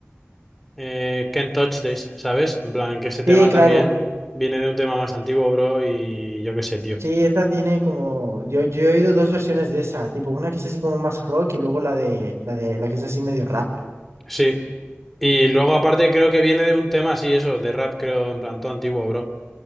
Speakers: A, in the centre; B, on the right (about 75°).
A: eh, Can't Touch This, ¿sabes? En plan, que ese tema
B: Sí, claro.
A: también viene de un tema más antiguo, bro, y yo qué sé, tío.
B: Sí, esta tiene como, yo, yo he oído dos versiones de esa, tipo una que es así como más rock y luego la de, la de, la que es así medio rap.
A: Sí, y luego aparte creo que viene de un tema así, eso, de rap, creo, en plan, todo antiguo, bro.